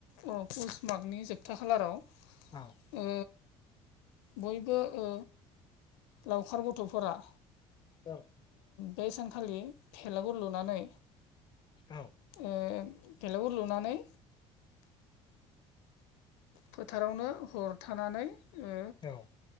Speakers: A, on the left (about 85°); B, on the left (about 30°).
A: अ पुस मागनि जोबथा खालाराव
B: औ
A: ओ बयबो ओ लावखार गथ'फोरा
B: औ
A: बे सानखालि थेलागुर लुनानै
B: औ
A: ओ बेलागुर लुनानै फोथारावनो हर थानानै ओ
B: औ औ